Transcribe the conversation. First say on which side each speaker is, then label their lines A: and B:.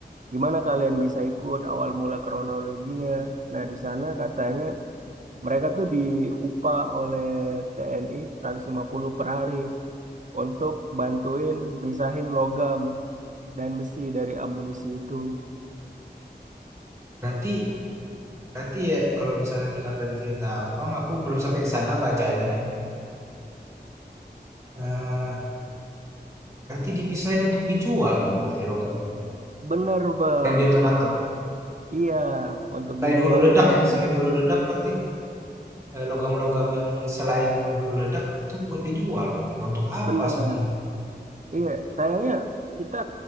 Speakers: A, on the right (about 45°); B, on the right (about 15°).
A: gimana kalian bisa ikut awal mula kronologinya nah di sana katanya mereka tuh diupah oleh TNI 150 per hari untuk bantuin misahin logam dan besi dari amunisi itu
B: Berarti berarti ya kalau misalnya dengar dari cerita Abang, aku belum sampai ke sana bacanya. Eh, berarti dipisahin untuk dijual dong berarti logamnya.
A: bener bang
B: Selain detonator,
A: iya untuk
B: selain
A: dijual
B: hulu ledak
A: kembali
B: ya, selain hulu ledak berarti eh, logam-logam yang selain hulu ledak itu buat dijual. Ya, untuk apa
A: bener
B: sebenarnya?
A: Iya, sayangnya kita